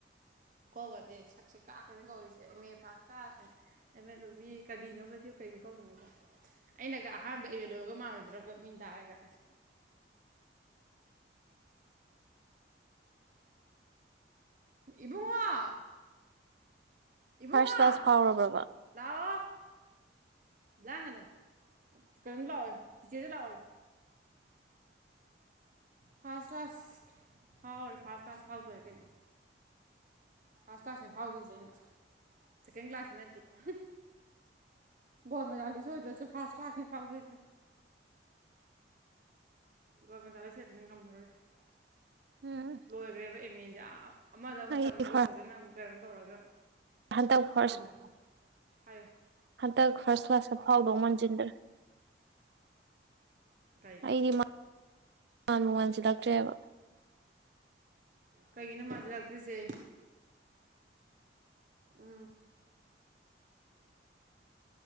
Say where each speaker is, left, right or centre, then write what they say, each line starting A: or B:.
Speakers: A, on the right; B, on the right.
A: ꯈꯨꯀꯧꯒꯁꯦ ꯁꯛꯁꯦ ꯀꯥꯛꯅꯅꯤ ꯀꯧꯔꯤꯁꯦ ꯑꯦꯝ ꯑꯦ ꯐꯥꯔꯁ ꯀꯥꯥ꯭ꯂꯁ ꯅ ꯑ‌ꯦꯃꯦꯠ ꯂ‌ꯣꯏꯕꯤ ꯀꯔꯤꯅꯣꯕ ꯁꯤ ꯀꯩ ꯈꯨꯀꯧꯅꯣꯕ ꯑꯩꯅꯒ ꯑꯍꯥꯟꯕ ꯑꯦꯝ ꯑꯦ ꯂ‌ꯣꯏꯕꯒ ꯃꯥꯟꯂꯣꯏꯗ꯭ꯔꯕ ꯃꯤ ꯇꯥꯔꯒ ꯏꯕꯨꯡꯉꯣ ꯏꯕꯨꯡꯉꯣ
B: ꯐꯥꯔꯁ ꯀ꯭ꯂꯥꯁ ꯐꯥꯎꯔꯕ꯭ꯔꯕ
A: ꯂꯥꯛꯑꯣ ꯂꯥꯡꯒꯗꯣ ꯀꯩꯅꯣꯝ ꯂꯥꯛꯑꯣ ꯆꯤꯆꯦꯖꯨ ꯂꯥꯛꯑꯣ ꯎ ꯐꯥꯔꯁ ꯀꯥ꯭ꯂꯁ ꯐꯥꯎꯔꯦ ꯐꯥꯔꯁ ꯀꯥ꯭ꯂꯁ ꯐꯥꯎꯗꯧꯔ‌ꯦ ꯀꯩꯅꯣ ꯐꯥꯔꯁ ꯀ꯭ꯂꯥꯁꯅꯦ ꯐꯥꯎꯗꯣꯏꯁꯦ ꯑꯩꯅ ꯁꯦꯀꯦꯟ ꯀ꯭ꯂꯥꯁꯇꯤ ꯅꯠꯇꯦ ꯒꯣꯜ ꯃꯦꯗꯥꯜꯂꯤꯁ ꯑꯣꯏꯗ꯭ꯔꯁꯨ ꯐꯥꯔꯁ ꯀ꯭ꯂꯥꯁꯅꯤ ꯄꯥꯎꯗꯣꯏꯁꯦ ꯒ‌ꯣꯜ ꯃꯦꯗꯥꯜꯂꯤꯁ ꯀꯥꯏꯗꯨꯗꯤ ꯉꯝꯃꯔ‌ꯣꯏꯗ
B: ꯎꯝ
A: ꯂꯣꯏꯒ꯭ꯔꯦꯕ ꯑꯦꯝ ꯑꯦꯁꯦ ꯑꯃꯗ ꯑꯃꯨꯛ
B: ꯑꯩꯗꯤ
A: ꯇꯝꯃꯒ
B: ꯐꯥꯔꯁ
A: ꯐꯖꯅ ꯑꯃꯨꯛ ꯀꯩꯅꯣ ꯇꯧꯔꯒ
B: ꯍꯟꯗꯛ ꯐꯥꯔꯁ
A: ꯐꯥꯎꯗꯕ ꯍꯥꯏꯌꯣ
B: ꯍꯟꯇꯛ ꯐꯥꯔꯁ ꯀ꯭ꯂꯥꯁꯇ ꯐꯥꯎꯗꯧ ꯃꯟꯖꯤꯟꯂꯛ
A: ꯀꯩꯒꯤ
B: ꯑꯩꯗꯤ‌ꯃꯥꯟ ꯃꯥꯟꯕꯨ ꯃꯥꯟꯖꯤꯟꯂꯛꯇ꯭ꯔ‌ꯦꯕ
A: ꯀꯩꯒꯤꯅꯣ ꯃꯥꯥꯟꯖꯤꯜꯂꯛꯇ꯭ꯔꯤꯁꯦ ꯎꯝ